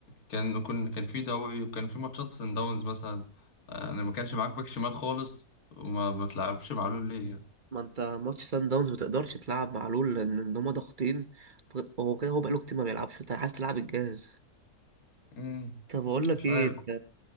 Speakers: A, on the left (about 65°); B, on the right (about 35°).
A: كان كان كان في دوري وكان في ماتشات سان داونز مثلا آه، انا ما كانش معاك باك شمال خالص وما ما تلعبش معلول ليه يعني.
B: ما انت ماتش سان داونز ما تقدرش تلعب معلول لان ان هما ضاغطين فك- هو كده هو بقاله كتير ما بيلعبش فانت عايز تلعب الجاهز
A: امم
B: طب اقول لك
A: مش
B: ايه
A: عارف
B: انت